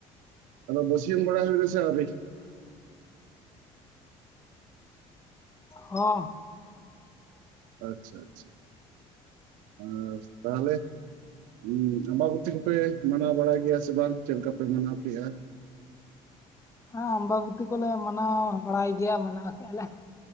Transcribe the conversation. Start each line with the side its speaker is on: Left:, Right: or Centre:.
Right: ᱟᱫᱚ ᱵᱟᱹᱥᱭᱟᱹᱢ ᱵᱟᱲᱟ ᱦᱩᱭ ᱠᱟᱱᱟ ᱥᱮ ᱟᱹᱣᱨᱤ?
Left: ᱦᱚᱸ,
Right: ᱟᱪᱪᱷᱟ ᱟᱪᱪᱷᱟ᱾ ᱟᱨ ᱛᱟᱦᱚᱞᱮ, ᱦᱩᱸ ᱟᱸᱢᱵᱟᱵᱩᱛᱤ ᱠᱚᱯᱮ ᱢᱟᱱᱟᱣ ᱵᱟᱲᱟᱭ ᱜᱮᱭᱟ ᱥᱮ ᱵᱟᱝ ᱪᱮᱫ ᱞᱮᱠᱟ ᱯᱮ ᱢᱟᱱᱟᱣ ᱠᱮᱜᱼᱟ?
Left: ᱦᱮᱸ ᱟᱢᱵᱟᱵᱩᱛᱤ ᱠᱚᱞᱮ ᱢᱟᱱᱟᱣ ᱵᱟᱲᱟᱭ ᱜᱮᱭᱟ, ᱢᱟᱱᱟᱣ ᱠᱮᱜᱼᱟᱞᱮ᱾